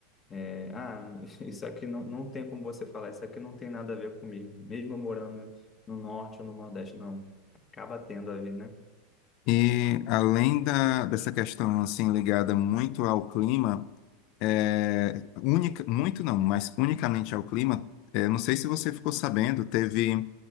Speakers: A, on the left; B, on the left.
A: é, ah, <laughs> isso aqui não, não tem como você falar, isso aqui não tem nada a ver comigo, mesmo eu morando no norte ou no nordeste, não. Acaba tendo a ver, né?
B: E além da, dessa questão assim ligada muito ao clima, é, única, muito não, mas unicamente ao clima, é, não sei se você ficou sabendo, teve.